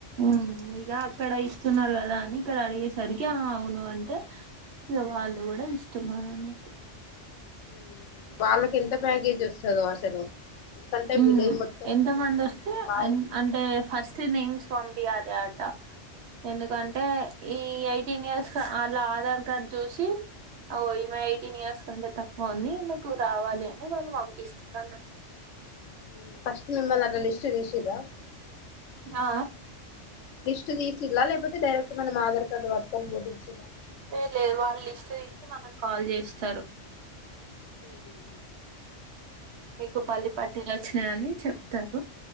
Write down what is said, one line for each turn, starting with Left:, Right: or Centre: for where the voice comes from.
Right: మ్మ్ ఇగా అక్కడ ఇస్తున్నారు కదా అని ఇక్కడ అడిగేసరికి అవును అంటే ఇక వాళ్ళు కూడా ఇస్తున్నారు అనకు
Left: మ్మ్ వాళ్ళకి ఎంత ప్యాగేజ్ వస్తదో అసలు ఎందుకంటే
Right: మ్మ్
Left: విలేజ్ మొత్తంలో
Right: ఎంత
Left: కొంత
Right: మంది వస్తే
Left: భాగం
Right: అంటే ఫస్ట్ నేమ్స్ పంపియాలి ఆట ఎందుకంటే ఈ ఎయిటీన్ ఇయర్స్ వాళ్ళ ఆధార్ తర్ జోషీ ఓ ఇ మ ఎయిటీన్ ఇయర్స్ కంటడి తా పోనీ మీకు రావాలి అని వాళ్ళు పంపిస్తన్నార్ అన్నట్టు
Left: మ్మ్ ఫస్ట్ మిమ్మల్నీ అట్లా లిస్ట్ తీసి ఇద
Right: ఆ
Left: లిస్ట్ తీసిల్లా లేకపోతే డైరెక్ట్ మనం ఆధార్ కార్డు పట్టుకుని బోధించద
Right: ఏ లేదు వాళ్ళ లిస్ట్ తీసి మనకు కాల్ చేస్తారు
Left: మ్మ్
Right: మీ పల్లి పటీలు వచ్చినాయ
Left: ఉంది
Right: అని చెప్తారు